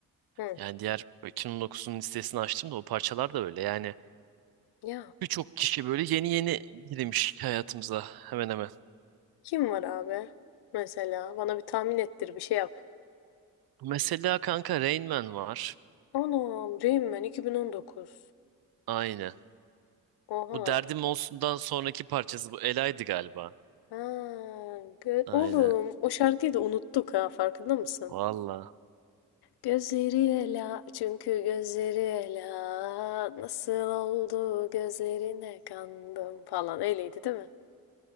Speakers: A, on the left; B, on the right.
A: Hı.
B: Yani diğer 2019'un listesini açtım da o parçalar da öyle. Yani
A: Ya
B: birçok kişi böyle yeni yeni girmiş hayatımıza hemen hemen.
A: kim var abi? Mesela bana bir tahmin ettir, bir şey yap.
B: Mesela kanka Rain Man var.
A: Anam, Rain Man 2019.
B: Aynen.
A: Oha
B: Bu
A: lan.
B: Derdim Olsun'dan sonraki parçası bu Ela'ydı galiba.
A: Ha, gö-
B: Aynen.
A: oğlum o şarkıyı da unuttuk ha farkında mısın?
B: Valla.
A: Gözleri ela çünkü gözleri ela nasıl oldu gözlerine kandım falan öyleydi değil mi?